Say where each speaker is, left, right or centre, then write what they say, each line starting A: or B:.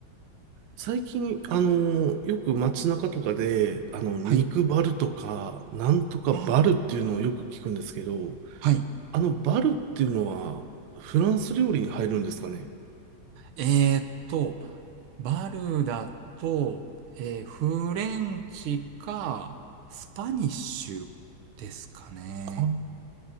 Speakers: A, on the right; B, on the right.
A: 最近、あの、よく街中とかで、あの、肉バルとか、
B: はい。
A: なんとかバルっていうのをよく聞くんですけど、
B: あ、はい。
A: あの、バルっていうのは、フランス料理に入るんですかね
B: えーっと、バルだと、えーフレンチか、スパニッシュですかね。
A: あ